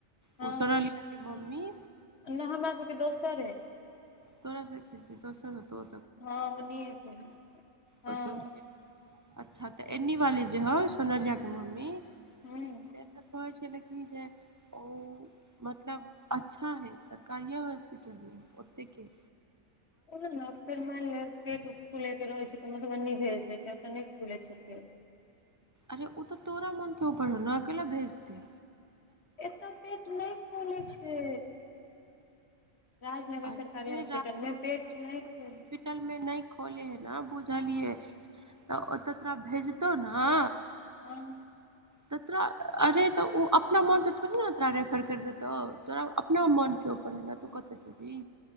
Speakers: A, on the left; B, on the right.
A: हँ।
B: ओ सोनलिया के मम्मी
A: नै हमरा सबके दोसर अइ।
B: तोरा सबके दोसर हेतो।
A: हँ ओनये छै, हं।
B: ओहि टोल के अच्छा तऽ एन्नी वाली जे हो, सोनलिया के मम्मी
A: हूं।
B: से तऽ कहै छले, की जे ओ मतलब अच्छा हइ, सरकारिये हॉस्पिटल में। तेकी।
A: उ ने फेर मानि ले पेट खुले के रहै छै तऽ मधुबनी भेज देै छै, एतऽ नै खुले छै पेट।
B: अरे ओ तऽ तोरा मोनके ऊपर हो ने, केयला भेज ते।
A: एतऽ पेट नहि खोले छै। राजनगर
B: अरे
A: सरकारी हॉस्पिटल में पेट नै खोलै।
B: पीटल मे नहि खोले है न बुझलियै, तऽ ओ तऽ तोरा भेजतौ ने।
A: हँ।
B: तऽ तोरा अरे तऽ उ अपना मनसँ थोड़ी न तोरा रेफर कैर देतौ तोरा अ पना मोन के ऊपर है न तू कतऽ जेबी।